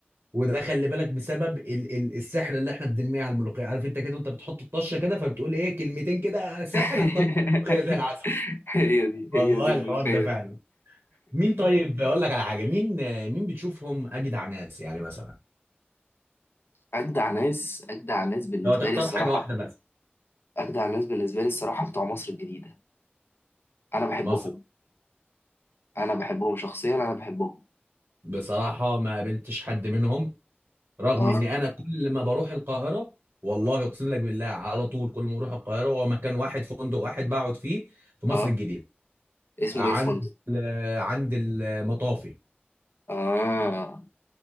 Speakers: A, on the right (about 65°); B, on the left (about 65°).
A: وده خلي بالك بسبب ال ال السحر اللي احنا بنرميه على الملوخيه عارف انت كده وانت بتحط الطشه كده فبتقول ايه كلمتين كده سحر
B: <laughs>
A: تطلع الملوخيه زي العسل
B: هي دي هي
A: والله
B: دي الملوخية
A: الحوار ده فعلا
B: <laughs> دي.
A: مين طيب اقول لك على حاجه مين مين بتشوفهم اجدع ناس يعني مثلا
B: أجدع ناس أجدع ناس بالنسبة
A: لو تختار
B: لي الصراحة
A: حاجه واحده بس
B: أجدع ناس بالنسبة لي الصراحة بتوع مصر الجديدة انا بحبهم
A: مصر
B: انا بحبهم شخصيا انا بحبهم
A: بصراحه ما قابلتش حد منهم رغم
B: اه
A: ان انا كل ما بروح القاهره والله اقسم لك بالله على طول كل ما بروح القاهره هو مكان واحد فندق واحد بقعد فيه في مصر
B: اه
A: الجديده
B: اسمه
A: عند
B: ايه فندق
A: ال- عند المطافي
B: اه